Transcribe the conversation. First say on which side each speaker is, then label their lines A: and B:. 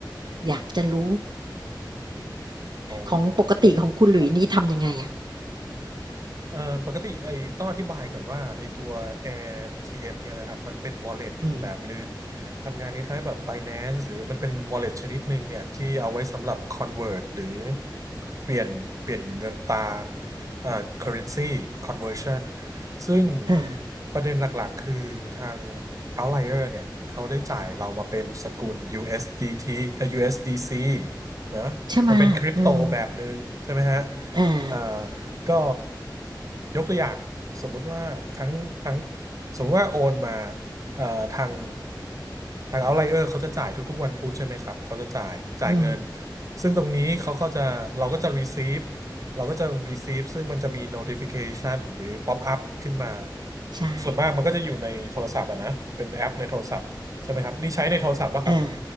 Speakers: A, on the right; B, on the right.
A: อยากจะรู้
B: อ๋อ
A: ของปกติของคุณหลุยส์นี่ทำยังไงอ่ะ
B: ครับ เอ่อปกติไอ้ต้องอธิบายก่อนว่าไอ้ตัว a เอ t m เนี่ยนะครับมันเป็น wallet
A: อืม
B: แบบหนึ่งทำงานคล้ายๆแบบ Binance หรือมันเป็น wallet ชนิดหนึ่งเนี่ยที่เอาไว้สำหรับ convert หรือเปลี่ยนเปลี่ยนเงินตราเอ่อ currency conversion ซึ่ง
A: เออ
B: ประเด็นหลักๆคือทาง outlier เนี่ยเขาได้จ่ายเรามาเป็นสกุล USDT เอสดีทีเอ่อ USDC นะมันเป็นคริปโตแบบหนึ่งใช่ไหมฮะ
A: ใช่ไหมะอืมเออ
B: อ่า ก็ยกตัวอย่างสมมุติว่าทั้งทั้งสมมุติว่าโอนมาเอ่อทางทางเอาไลเออร์เขาจะจ่ายทุกๆวันพุธใช่ไหมครับเขาจะจ่ายจ่ายเงิน
A: อืม
B: ซึ่งตรงนี้เขาก็จะเราก็จะ receive เราก็จะ receive ซึ่งมันจะมี notification หรือ pop up ขึ้นมา
A: ใช่
B: ส่วนมากมันก็จะอยู่ในโทรศัพท์อะนะเป็นแอปในโทรศัพท์ใช่ไหมครับนี่ใช้ในโทรศัพท์ป่ะครับ
A: เออ